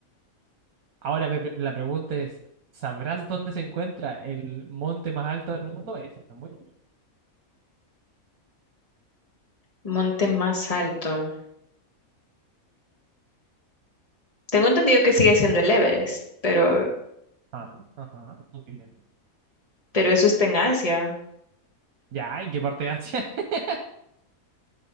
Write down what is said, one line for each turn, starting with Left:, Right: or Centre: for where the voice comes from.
Right: Ahora Pepe, la pregunta es, ¿sabrás dónde se encuentra el monte más alto del mundo? Ahí está muy... bien.
Left: Monte más alto. Tengo entendido que sigue siendo el Everest, pero,
Right: Ah, ajá, muy bien.
Left: pero eso está en Asia.
Right: Ya, ¿en qué parte de Asia? <laughs>